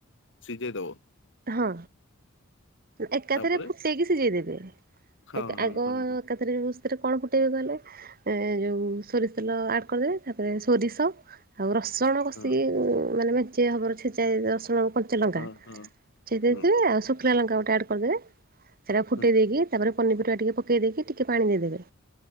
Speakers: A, on the left (about 60°); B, on the right (about 45°).
A: ସିଝେଇ ଦବ।
B: ହଁ। ଏକାଥରେ
A: ତାପରେ
B: ଫୁଟେଇକି ସିଝେଇଦେବେ
A: ହଁ
B: ଏକା
A: ହଁ
B: ଆଗ
A: ହଁ ହଁ
B: ଏକାଥରେ ସେଥିରେ କଣ ଫୁଟେଇବେ କହିଲେ? ଏ ଯୋଉ ସୋରିଷ ତେଲ ଆଡ କରିଦେବେ ତାପରେ ସୋରିଷ ଆଉ ରସ ସେଗୁଡ଼ା ବସେଇକି
A: ହଁ
B: ମାନେ ମେଞ୍ଚିଏ ଭାବରେ ଛେଚା ହେଇ ରସୁଣ ଆଉ କଞ୍ଚାଲଙ୍କା।
A: ହଁ
B: ଛେଚି ଦେଇଥିବେ
A: ହଁ ହଁ
B: ଆଉ ଶୁଖିଲା ଲଙ୍କା ଗୋଟେ ଆଡ୍ କରିଦେବେ ସେଇଟାକୁ ଫୁଟେଇ
A: ହଁ
B: ଦେଇକି ତାପରେ ପନିପରିବା ଟିକେ ପକେଇ ଦେଇକି ଟିକେ ପାଣି ଦେଇଦେବେ